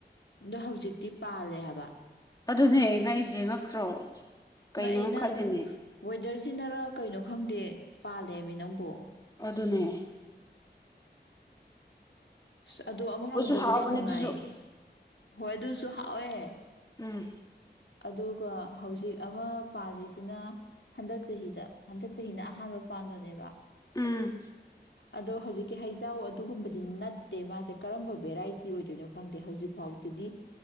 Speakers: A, on the left; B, on the left.
A: ꯑꯗꯣ ꯍꯧꯖꯤꯛꯇꯤ ꯄꯥꯜꯂꯦ ꯍꯥꯏꯕ
B: ꯑꯗꯨꯅꯦ ꯉꯛꯏꯁꯦ ꯉꯛꯇ꯭ꯔꯣ ꯀꯩꯅꯣ
A: ꯉꯥꯛꯑ ꯅ
B: ꯈꯜꯂꯤꯅꯦ
A: ꯋꯦꯗꯔꯁꯤꯅꯔ ꯀꯩꯅꯣ ꯈꯪꯗꯦ ꯄꯥꯜꯂꯦꯕꯃꯤ ꯅꯪꯕꯨꯣ
B: ꯑꯗꯨꯗꯨꯅꯦ
A: ꯑꯁ ꯑꯗꯣ ꯑꯃꯔꯣꯝꯗꯕꯨꯗꯤ
B: ꯍꯥꯎꯕꯅꯦ
A: ꯅꯨꯡꯉꯥꯏꯌꯦ
B: ꯑꯗꯨꯁꯨ
A: ꯍꯣꯏ ꯑꯗꯨꯁꯨ ꯍꯥꯎꯋꯦ
B: ꯎꯝ
A: ꯑꯗꯨꯒ ꯍꯧꯖꯤꯛ ꯑꯃ ꯄꯥꯜꯂꯤꯁꯤꯅ ꯍꯟꯗꯛ ꯆꯍꯤꯗ ꯍꯟꯗꯛ ꯆꯍꯤꯅ ꯑꯍꯥꯟꯕ ꯄꯥꯟꯕꯅꯦꯕ
B: ꯎꯝ
A: ꯑꯗꯣ ꯍꯧꯖꯤꯛꯀꯤ ꯍꯩꯖꯥꯎ ꯑꯗꯨꯒꯨꯝꯕꯗꯤ ꯅꯠ ꯠꯇꯦ ꯃꯥꯁꯦ ꯀꯔꯝꯕ ꯚꯦꯔꯥꯏꯇꯤ ꯑꯣꯏꯗꯣꯏꯅꯣ ꯈꯪꯗꯦ ꯍꯧꯖꯤꯛ ꯐꯥꯎꯗꯗꯤ